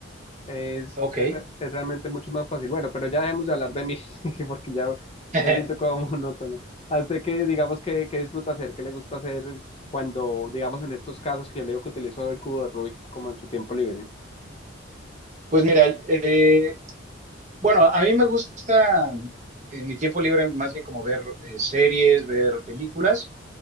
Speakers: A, on the left; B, on the right.
A: Es,
B: Ok.
A: es re- es realmente mucho más fácil. Bueno, pero ya dejemos de hablar de mí, <laughs> porque ya
B: <laughs>
A: me siento como monótono. ¿A usted qué, digamos, que disfruta hacer? ¿Qué le gusta hacer cuando, digamos, en estos casos que yo le digo que utilizo el cubo de Rubik como en su tiempo libre?
B: Pues mira, eh, bueno, a mí me gusta en mi tiempo libre más bien como ver eh, series, ver películas.